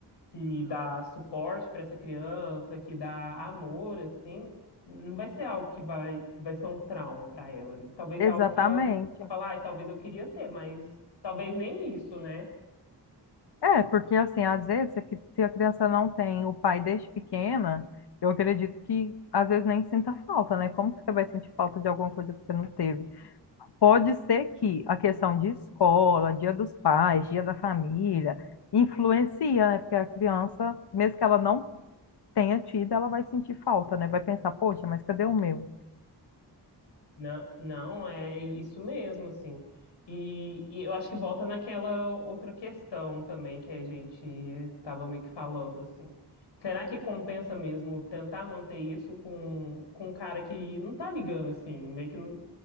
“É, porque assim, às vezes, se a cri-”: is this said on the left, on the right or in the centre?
Left